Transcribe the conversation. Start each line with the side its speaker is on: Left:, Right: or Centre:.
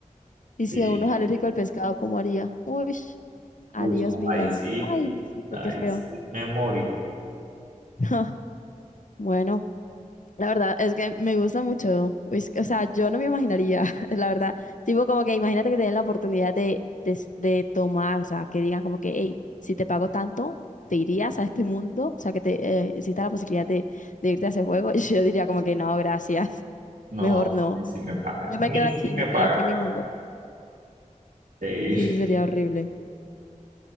Left: Y
Right: Sí,
Left: si uno es alérgico al pescado, ¿cómo haría? Uy, adiós
Right: uy, no,
Left: vida.
Right: ahí sí,
Left: Ay, Diosito,
Right: ahí
Left: qué feo.
Right: sí, me morí.
Left: <laughs> Bueno, la verdad es que me gusta mucho. Uy, o sea, yo no me imaginaría, <laughs> la verdad. Tipo, como que imagínate que te den la oportunidad de, de, de tomar, o sea, que digan como que, hey, si te pago tanto, te irías a este mundo. O sea, que te eh, exista la posibilidad de, de irte a ese juego. <laughs> Y yo diría como que no, gracias.
Right: No,
Left: Mejor no.
Right: ni si me pagan,
Left: Yo me
Right: ni
Left: quedo aquí,
Right: si me
Left: me
Right: pagan.
Left: quedo aquí en mi mundo.
Right: Sí,
Left: Sí, sería
Right: <laughs>
Left: horrible.